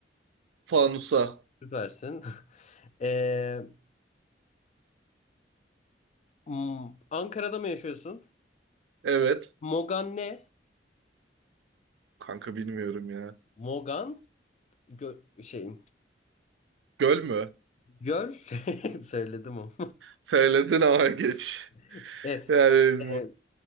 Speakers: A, on the right; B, on the left.
A: Fanusa.
B: Süpersin. <laughs> Ee, m- Ankara'da mı yaşıyorsun?
A: Evet.
B: Mogan ne?
A: Kanka bilmiyorum ya.
B: Mogan gö- şey
A: Göl mü?
B: göl <laughs> söyledim o.
A: Söyledin ama geç.
B: <laughs> Evet.
A: Yani
B: ee,